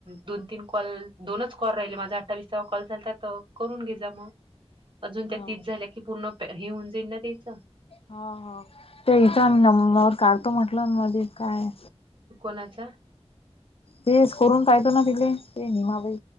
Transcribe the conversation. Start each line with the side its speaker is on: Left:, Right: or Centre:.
Right: दोन तीन कॉल दोनच कर राहिले माझा अठ्ठावीस कॉल झालता तोवर करून घे जा मग अजून त्या
Left: हो
Right: तीस झाल्या की पूर्ण हे होऊन जाईल ना त्याच
Left: हा हा ते इथं नमनावर काढतो म्हटलं मध्ये काय
Right: कोणाचा
Left: तेस करून तय तो ना दिले ते निमवे